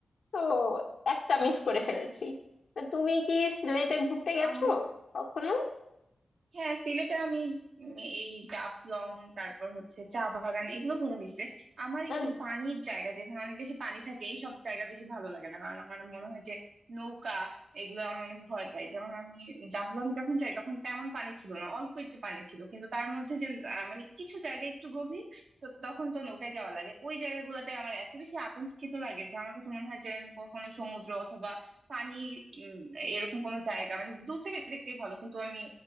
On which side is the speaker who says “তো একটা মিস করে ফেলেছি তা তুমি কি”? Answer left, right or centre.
Left